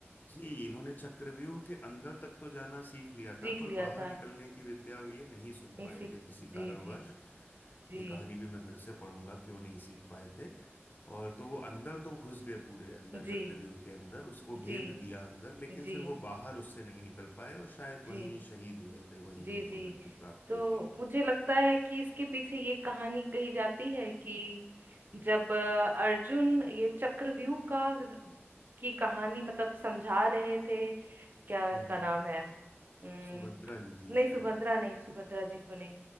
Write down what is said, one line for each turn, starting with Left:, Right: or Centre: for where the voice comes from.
Left: जी इन्होंने चक्रव्यूह के अंदर तक तो जाना सीख लिया
Right: सीख
Left: था पर
Right: लिया
Left: बाहर
Right: था
Left: निकलने की विद्या ये नहीं सुन
Right: नहीं
Left: पाए
Right: सीख
Left: थे किसी कारणवश
Right: जी जी जी
Left: ये कहानी भी मैं फिर से पढ़ूंगा क्यों नहीं सीख पाए थे और तो वो अंदर तो घुस गए पूरे अंदर
Right: जी
Left: चक्रव्यूह के अंदर उसको
Right: जी
Left: भेद दिया अंदर लेकिन
Right: जी
Left: फिर वो बाहर उससे नहीं निकल पाए और शायद
Right: जी
Left: वहीं शहीद हुए थे वहीं
Right: जी
Left: उनको
Right: जी
Left: मृत्यु प्राप्त
Right: तो
Left: हुई थी
Right: मुझे लगता है कि इसके पीछे ये कहानी कही जाती है कि जब अ, अर्जुन ये चक्रव्यूह का की कहानी मतलब समझा रहे थे क्या इनका
Left: हम्म
Right: नाम है नहीं
Left: सुभद्रा जी थी शायद
Right: सुभद्रा नहीं सुभद्रा जी को नहीं